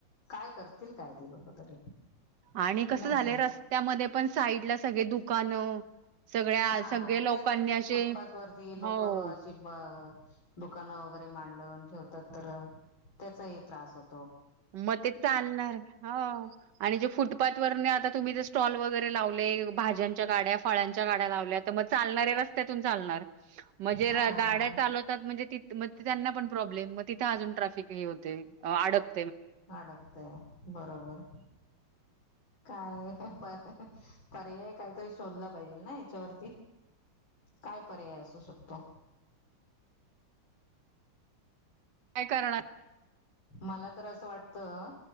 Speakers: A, on the left (about 65°); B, on the right (about 60°).
A: काय करतील काय ती लोक तरी.
B: आणि कस
A: नाही
B: झालं
A: काय
B: रस्त्यामध्ये पण साईड ला सगळे दुकानं सगळ्या
A: हा
B: सगळे लोकांनी
A: त्यात आणखीन
B: असे
A: फुटपाथ वरती लोकं
B: हो
A: अशी दुकानं वगैरे मांडून ठेवतात तर त्याचाही त्रास हो
B: म ते चालणार हो आणि जे फुटपाथ वरनं आता तुम्ही जे स्टॉल वगैरे लावले भाज्यांच्या गाड्या फळांच्या गाड्या लावल्या तर मग चालणारऱ्या रस्त्यातून चालणार. म्हणजे
A: हा
B: र गाड्या चालवतात म्हणजे ती मग त्यांना पण प्रॉब्लेम मग तिथे अजून ट्रॅफिक हे होते अडक
A: अडकते बरोबर. काय पर पर्याय काहीतरी शोधला पाहिजेल ना याच्यावरती. काय पर्याय असू शकतो.
B: काय करणार.
A: मला तर असं वाटतं